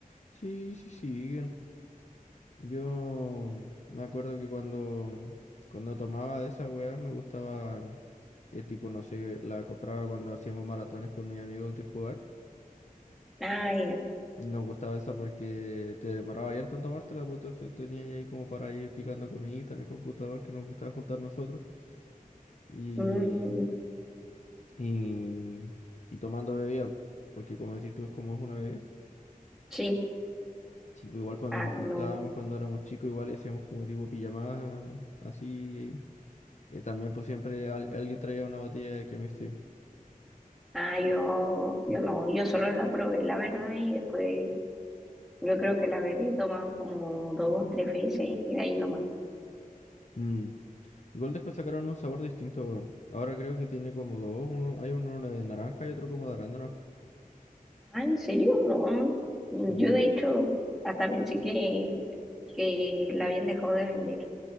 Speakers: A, on the left (about 50°); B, in the centre.
A: Sí, sí, siguen. Yo me acuerdo que cuando, cuando tomaba de esa weá me gustaba, eh, tipo, no sé, la compraba cuando hacíamos maratones con mis amigos de jugar.
B: Ah, ya.
A: y Nos gustaba esa porque te demoraba harto en tomártela, pues entonces tenía ahí como para ir picando comidita en el computador que nos gustaba juntar nosotros. Y,
B: Mm,
A: y, y tomando bebida, porque como decís tú, es como es una bebida.
B: sí.
A: Sí, pues igual cuando
B: Ah,
A: nos juntábamos,
B: no.
A: cuando éramos chicos, igual hacíamos como tipo pijamadas así. eh, también pues siempre al- alguien traía una botella de Cream Extreme.
B: Ah, yo, yo no, yo solo la probé, la verdad, y después yo creo que la habré tomado como dos o tres veces y de ahí nomás.
A: Mm. Igual después sacaron un sabor distinto. weón. Ahora creo que tiene como dos. uno- hay uno de naranja y otro como de arándano.
B: Ah, ¿en serio? No. Yo
A: Sí,
B: de hecho hasta pensé que, que la habían dejado de vender.